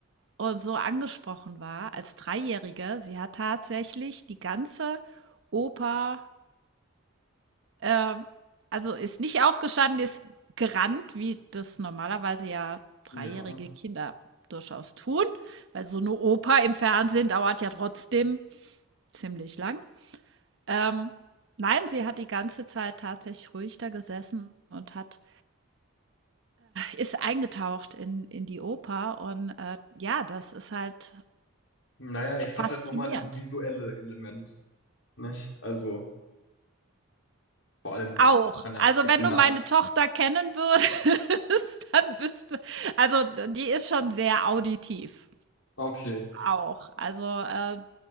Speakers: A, on the right; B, on the left.
A: und so angesprochen war als Dreijährige. Sie hat tatsächlich die ganze Oper, ähm, also ist nicht aufgestanden, ist gerannt, wie das normalerweise ja dreijährige
B: ja.
A: Kinder durchaus tun, weil so eine Oper im Fernsehen dauert ja trotzdem ziemlich lang. Ähm, nein, sie hat die ganze Zeit tatsächlich ruhig da gesessen und hat, ist eingetaucht in, in die Oper und äh, ja, das ist halt
B: Naja, es
A: faszinierend.
B: hat halt nochmal dieses visuelle Element, nicht? Also, vor allem,
A: Auch.
B: das kann ja
A: Also,
B: für Kinder
A: wenn du meine
B: ansprechen.
A: Tochter kennen würdest, <laughs> dann wüsste also, die ist schon sehr auditiv
B: Okay,
A: auch. Also, äh,